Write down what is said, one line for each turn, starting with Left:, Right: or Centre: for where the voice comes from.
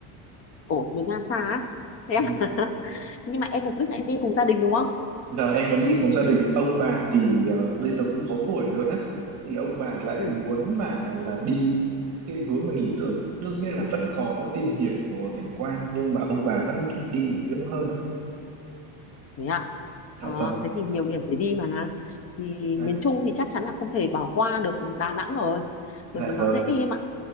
Left: ồ miền Nam xa á thế
Right: Ừ.
Left: à <laughs> nhưng mà em mục đích là em đi cùng gia đình đúng không
Right: Giờ em muốn đi cùng gia đình ông bà thì ờ, bây giờ cũng có tuổi rồi á thì ông bà lại
Left: ừ
Right: muốn là là đi thiên hướng là nghỉ dưỡng đương nhiên là vẫn có tìm hiểu của cảnh quan nhưng mà ông bà vẫn thích đi nghỉ dưỡng hơn ạ
Left: thế à
Right: dạ
Left: Ờ,
Right: vâng
Left: thế thì nhiều điểm để đi mà thì
Right: dạ
Left: miền Trung thì chắc chắn là không thể bỏ qua được Đà Nẵng rồi
Right: dạ
Left: bởi vì nó
Right: rồi
Left: dễ đi em ạ